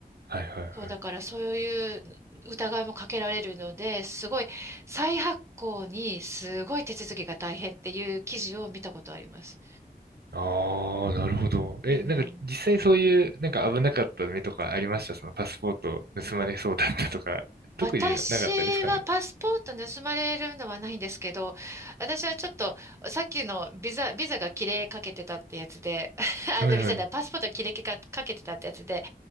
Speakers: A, on the right; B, on the right.
A: はいはいはい。
B: そう、だからそういう疑いもかけられるので、すごい、再発行にすごい手続きが大変っていう記事を見たことあります。
A: ああ、なるほど。え、
B: うん。
A: なんか実際そういう、なんか危なかった目とかありましたそのパスポート盗まれそうだったとか、特になかったですかね。
B: 私はパスポート盗まれるのはないんですけど、私はちょっと、さっきのビザ、ビザが切れかけてたってやつで、<laughs> あ、
A: はいはい。
B: じゃあビザだ、パスポートが切れかかけてたってやつで、